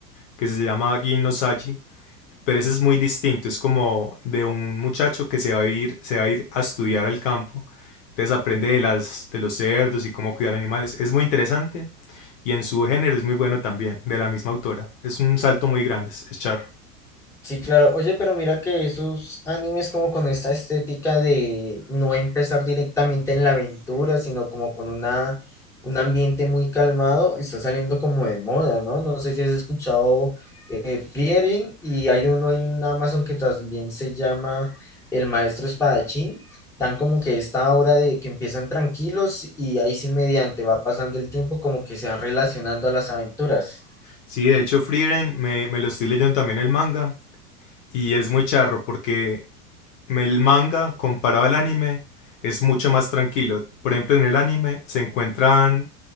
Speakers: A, on the left; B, in the centre.
A: que se llama Gin no Saji, pero ese es muy distinto. Es como de un muchacho que se va a ir, se va a ir a estudiar al campo. Entonces aprende de, las, de los cerdos y cómo cuidar animales. Es muy interesante y en su género es muy bueno también, de la misma autora. Es un salto muy grande, es, es charro.
B: Sí, claro. Oye, pero mira que esos animes como con esta estética de no empezar directamente en la aventura, sino como con una, un ambiente muy calmado, está saliendo como de moda, ¿no? No sé si has escuchado eh, Frieren y hay uno en Amazon que también se llama El Maestro Espadachín. dan como que esta obra de que empiezan tranquilos y ahí sí mediante va pasando el tiempo como que se van relacionando a las aventuras.
A: Sí, de hecho Frieren me, me lo estoy leyendo también el manga y es muy charro porque El manga, comparado al anime, es mucho más tranquilo. Por ejemplo, en el anime se encuentran